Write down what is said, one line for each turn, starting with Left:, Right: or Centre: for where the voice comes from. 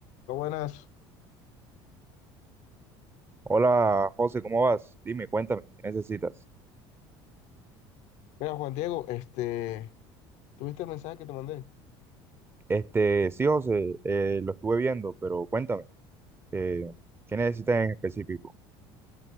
Left: Hola, buenas.
Right: Hola José, ¿cómo vas? Dime, cuéntame, ¿qué necesitas?
Left: Mira, Juan Diego, este, ¿tuviste el mensaje que te mandé?
Right: Este, sí, José, eh, lo estuve viendo, pero cuéntame, eh, ¿qué necesitas en específico?